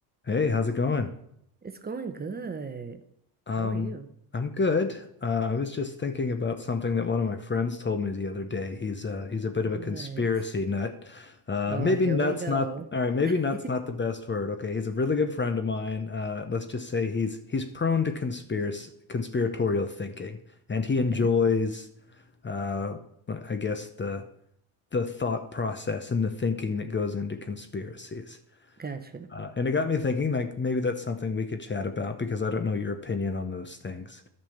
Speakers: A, on the left; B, on the right.
A: Hey, how's it going?
B: It's going good.
A: Um,
B: How are you?
A: I'm good. Uh, I was just thinking about something that one of my friends told me the other day. He's uh he's a bit
B: What?
A: of a conspiracy nut. Uh,
B: Oh,
A: maybe
B: here
A: nuts
B: we go.
A: not all right, maybe
B: <laughs>
A: nuts not the best word. Okay, he's a really good friend of mine. Uh, let's just say he's he's prone to conspiracy conspiratorial thinking, and he enjoys
B: Okay,
A: uh I guess the the thought process and the thinking that goes into conspiracies.
B: gotcha.
A: Uh, and it got me thinking, like maybe that's something we could chat about because I don't know your opinion on those things.